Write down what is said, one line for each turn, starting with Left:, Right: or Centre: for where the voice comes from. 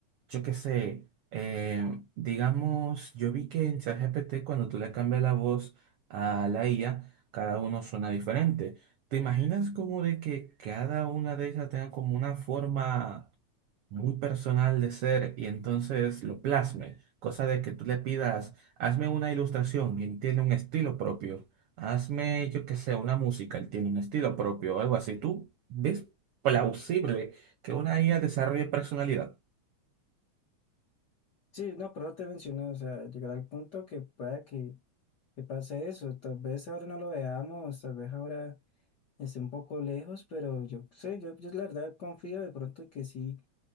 Right: Yo qué sé, eh, digamos, yo vi que en ChatGPT cuando tú le cambias la voz a la IA, cada uno suena diferente. ¿Te imaginas como de que cada una de ellas tenga como una forma muy personal de ser y entonces lo plasme? Cosa de que tú le pidas, hazme una ilustración y él tiene un estilo propio. Hazme, yo qué sé, una música, él tiene un estilo propio o algo así. ¿Tú ves plausible que una IA desarrolle personalidad?
Left: Sí, no, pero te menciono, o sea, llegar al punto que pueda que, que pase eso, tal vez ahora no lo veamos, tal vez ahora esté un poco lejos, pero yo sé, yo, yo la verdad confío de pronto que sí